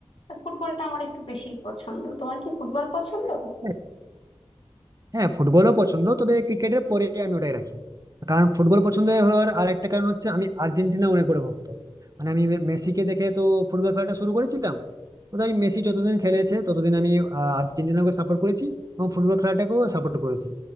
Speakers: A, on the left; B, on the right.
A: তা ফুটবলটা আমার একটু বেশি পছন্দ তোমার কি ফুটবল পছন্দ
B: হ্যাঁ হ্যাঁ, ফুটবলও পছন্দ তবে ক্রিকেটের পরে আমি ওটাই রাখি কারণ ফুটবল পছন্দ হওয়ার আর একটা কারণ হচ্ছে আমি আর্জেন্টিনা অনেক বড় ভক্ত মানে আমি মে- মেসিকে দেখে তো ফুটবল খেলাটা শুরু করেছিলাম তো তাই মেসি যতদিন খেলেছে ততদিন আমি আহ, আর্জেন্টিনাকে সাপোর্ট করেছি এবং ফুটবল খেলাটাকেও সাপোর্ট করেছি